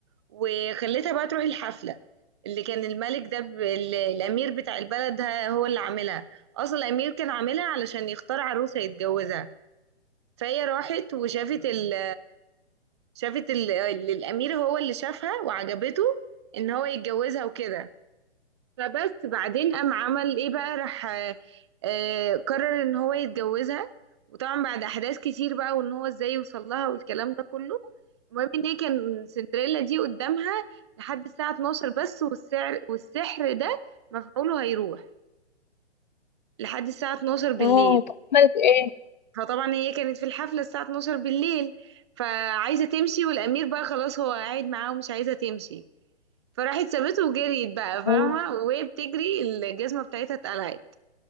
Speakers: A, on the right; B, on the left.
A: وخليتها بقى تروح الحفلة اللي كان الملك ده ب... ال- الأمير بتاع البلد ه- هو اللي عاملها أصلا الأمير كان عاملها علشان يختار عروس هيتجوزها فهي راحت وشافت ال... شافت ال... ال- الأمير هو اللي شافها وعجبته إن هو يتجوزها وكده فبس بعدين قام عمل ايه بقى راح آه، آه، قرر ان هو يتجوزها وطبعا بعد احداث كتير بقى وان هو ازاي يوصل لها والكلام ده كله المهم ان هي كان سندريلا دي قدامها لحد الساعة 12 بس والسعر والسحر ده مفعوله هيروح لحد الساعة 12 بالليل
B: اه طب عملت ايه
A: فطبعا هي كانت في الحفلة الساعة 12 بالليل فعايزة تمشي والأمير بقى خلاص هو قاعد معاها ومش عايزة تمشي فراحت سابته وجريت بقى فاهمة
B: اه
A: وهي بتجري الجزمة بتاعتها اتقلعت